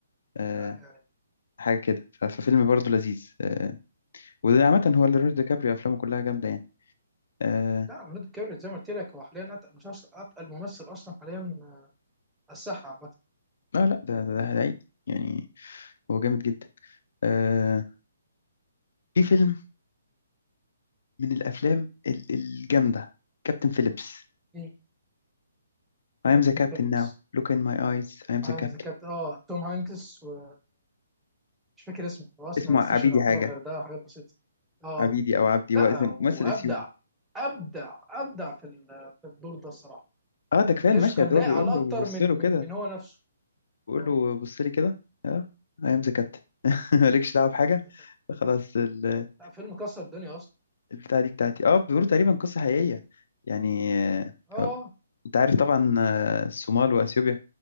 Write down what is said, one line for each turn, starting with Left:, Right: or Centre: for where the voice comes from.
Left: آه،
Centre: آه،
Left: حاجة كده ف- ففيلم برضه لذيذ آه، وده عامة هو ليوناردو دي كابريو أفلامه كلها جامدة يعني آه،
Centre: لا ليوناردو كابريو زي ما قلت لك هو حاليا اتقل مسلسل اتقل ممثل اصلا حاليا آه، على الساحه عامه
Left: لا لا ده ده ده هيعيق. يعني هو جامد جدا آه، في فيلم من الأفلام ال- الجامدة كابتن فيليبس
Centre: ايه
Left: I
Centre: كابتن
Left: am the captain
Centre: فيليبس
Left: now look in my eyes I am the
Centre: عامل
Left: captain
Centre: ذا كابتن اه توم هانكس و مش فاكر اسمه هو اسمه
Left: اسمه
Centre: ما مثلش
Left: عبيدي
Centre: يعتبر
Left: حاجة
Centre: غير ده حاجات بسيطه اه
Left: عبيدي أو عبدي
Centre: لا
Left: هو اسم-
Centre: وابدع
Left: ممثل أثيوبي
Centre: ابدع ابدع في ال- في الدور ده الصراحه
Left: اه ده كفاية
Centre: تحسه
Left: المشهد
Centre: كان
Left: هو
Centre: لايق
Left: بيقول
Centre: على
Left: له
Centre: اكتر
Left: بيبص
Centre: من
Left: له كده
Centre: من من هو نفسه
Left: بقول
Centre: اه
Left: له بص لي كده اه ايام ذا كابتن <laughs> مالكش دعوه بحاجه
Centre: عايز كده.
Left: خلاص ال-
Centre: لا فيلم كسر الدنيا اصلا
Left: البتاعه دي بتاعتي اه بيقولوا تقريبا قصه حقيقيه يعني آه،
Centre: اه
Left: انت عارف طبعا آه، الصومال واثيوبيا